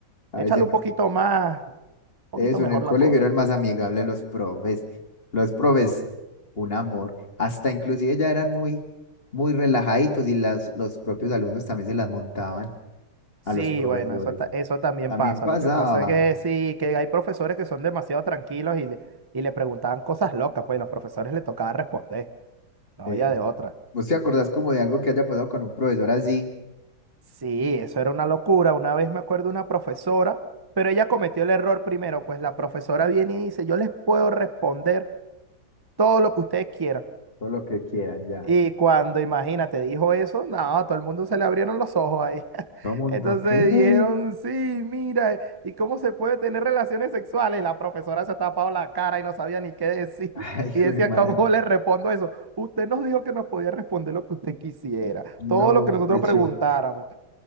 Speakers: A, on the left; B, on the right.
A: A
B: échale
A: veces en-
B: un poquito más, un poquito
A: eso,
B: mejor
A: en el colegio
B: la cosa.
A: eran más amigables los profes. Los profes, un amor. Hasta inclusive ya eran muy, muy relajaditos y las, los propios alumnos también se las montaban
B: Sí,
A: a los profesores.
B: bueno, eso, ta- eso también
A: También
B: pasa.
A: pasaba.
B: Lo que pasa es que sí, que hay profesores que son demasiado tranquilos y le, y le preguntaban cosas locas, pues y los profesores le tocaba responder, no
A: Eh,
B: había de otra.
A: ¿vos te acordás como de algo que haya pasado con un profesor así?
B: Sí, eso era una locura. Una vez me acuerdo una profesora, pero ella cometió el error primero, pues la profesora viene y dice, yo les puedo responder todo lo que ustedes quieran.
A: Todo lo que quieran ya.
B: Y cuando, imagínate, dijo eso, no, a todo el mundo se le abrieron los ojos ahí. <laughs>
A: ¿Cómo
B: Entonces
A: no? ¿Qué?
B: dijeron,
A: <laughs>
B: sí, mira, ¿y cómo se puede tener relaciones sexuales? La profesora se tapaba la cara y no sabía ni qué decir. <laughs>
A: Ay,
B: Y decía,
A: güey, madre.
B: ¿cómo le respondo eso? Usted nos dijo que nos podía responder lo que usted quisiera,
A: No,
B: todo lo que nosotros
A: qué show.
B: preguntáramos.
A: <laughs>